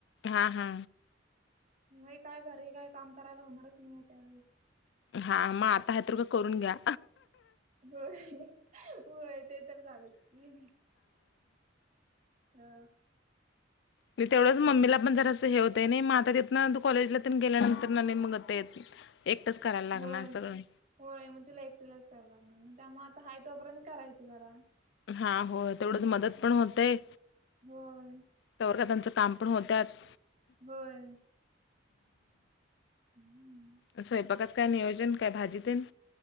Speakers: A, on the left; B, on the right.
A: हा हा.
B: मी काय घरी काय काम करायला होणारच नाय ये त्यावेेळेस
A: हा मग आता हाय तोपर करून घ्या.
B: होय होय ते तर झालंच की हा.
A: आणि तेवढंच मम्मीला पण जरासं हे होत नाई म आता तिथना कॉलेजला तेन गेल्यानंतर ना मग होता येते. एकटच करायला लागणार
B: होय.
A: सगळं.
B: होय मग तिला एकटीलाच करायला लागणार ना त्यामुळे आता हाय तोपर्यंत करायचं जरा.
A: हा हो तेवढंच मदत पण होतय.
B: होय
A: तवरका तेच काम पण होतात
B: होय. हम्म.
A: स्वयंपाकात काय नियोजन काय भाजी तीन.